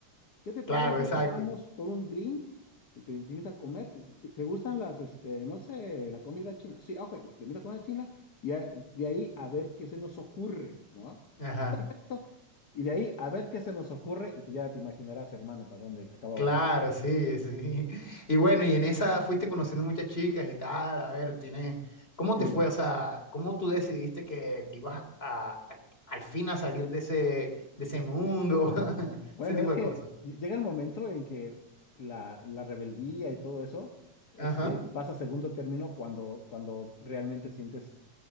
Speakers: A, on the left; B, on the left.
A: ¿Qué te parece
B: claro, exacto.
A: si vamos por un drink? Te, te invito a comer. ¿Te, te- te gustan las, este, no sé, la comida china? Sí, ok, bueno, te invito a comer china y a- de ahí a ver qué se nos ocurre, ¿no?
B: Ajá.
A: Esto, Y de ahí a ver qué se nos ocurre y pues ya te imaginarás, hermano, para dónde acababa
B: Claro,
A: siendo.
B: sí, sí. <laughs> Y bueno, y en esa fuiste conociendo muchas chicas y tal. A ver, tienes. ¿Cómo
A: Sí.
B: te fue? O sea, ¿cómo tú decidiste que te ibas a, a- a- al fin a salir de ese, de ese mundo? <laughs>
A: Bueno,
B: Ese tipo
A: es que
B: de cosas.
A: ll- llega el momento en que la, la rebeldía y todo eso, este,
B: Ajá.
A: pasa a segundo término cuando, cuando realmente sientes